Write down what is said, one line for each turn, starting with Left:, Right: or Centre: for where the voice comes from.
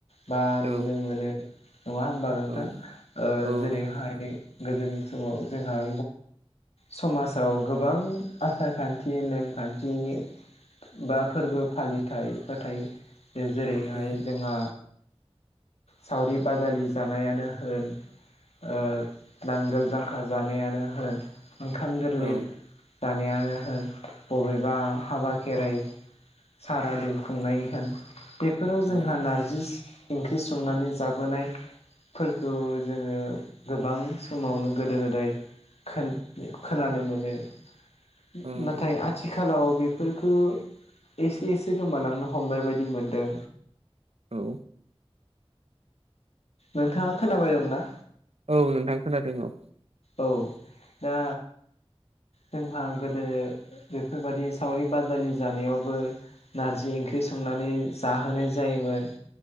Left: बा
Right: औ
Left: नुनो मोनो नङा होमबा नोंथां
Right: औ
Left: ओ
Right: औ
Left: जेरैहाय
Right: नंगौ नोंथां
Left: गोदोनि समाव जोंहा समाजाव गोबां आसार खान्थि नेमखान्थिनि बा फोरबो फालिथायफोर थायो जे-जेरैहाय
Right: औ
Left: जोंहा सावरि बाजालि जानायानो होन ओ नांगोल जांखा जानायानो होन ओंखाम गोरलै
Right: औ
Left: जानायानो होन बबेबा हाबा खेराइ साराादउ खुंनाय होन बेफोराव जोंहा
Right: औ
Left: नारजि ओंख्रि संनानै जाबोनाय फोरखौ जोङो गोबां समावनो गोदो गोदाय खोन खोनानो मोनो नाथाय
Right: औ
Left: आ थिखालाव बेफोरखौ एसे एसे गोमालांनो हमनाय बायदि मोनदों।
Right: औ
Left: नोंथाङा खोनाबाय दं ना?
Right: औ नोंथां खोनादों औ।
Left: औ दा जोंहा गोदो बेफोरबायाददि सावरि बाजालि जानायावबो नारजि ओंख्रि संनानै जाहोनाय जायोमोन